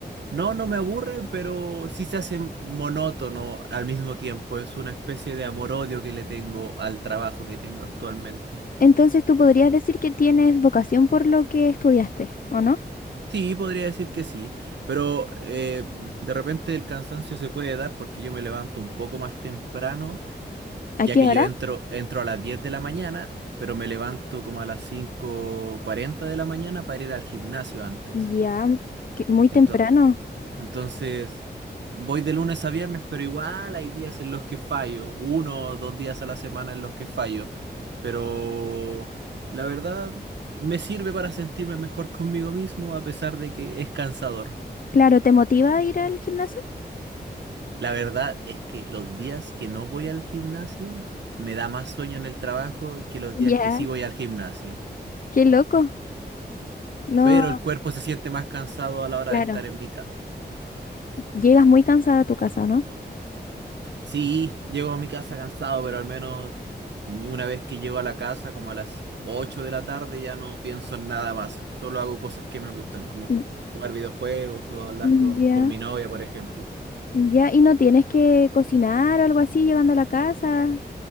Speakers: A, on the right; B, on the left.
A: no, no me aburre, pero sí se hace monótono al mismo tiempo. Es una especie de amor-odio que le tengo al trabajo que tengo actualmente.
B: Entonces tú podrías decir que tienes vocación por lo que estudiaste, ¿o no?
A: Sí, podría decir que sí, pero eh, de repente el cansancio se puede dar porque yo me levanto un poco más temprano ya
B: ¿A qué
A: que
B: hora?
A: yo entro, entro a las 10 de la mañana, pero me levanto como a las cinco cuarenta de la mañana para ir al gimnasio antes.
B: Ya, que- muy temprano.
A: Ento- entonces, voy de lunes a viernes, pero igual hay días en los que fallo, uno o dos días a la semana en los que fallo, pero la verdad me sirve para sentirme mejor conmigo mismo a pesar de que es cansador.
B: Claro, ¿te motiva a ir al gimnasio?
A: La verdad es que los días que no voy al gimnasio me da más sueño en el trabajo que los días
B: Ya.
A: que sí voy al gimnasio.
B: Qué loco. No,
A: pero el cuerpo se siente más cansado a la hora
B: claro.
A: de estar en mi casa.
B: Llegas muy cansada a tu casa, ¿o no?
A: Sí, llego a mi casa cansado, pero al menos una vez que llego a la casa, como a las 8 de la tarde, ya no pienso en nada más. Solo hago cosas que me gustan, como
B: Mm,
A: jugar videojuegos o hablar
B: mm,
A: con,
B: Ya,
A: con mi novia, por ejemplo.
B: ya. ¿Y no tienes que cocinar o algo así llegando a la casa?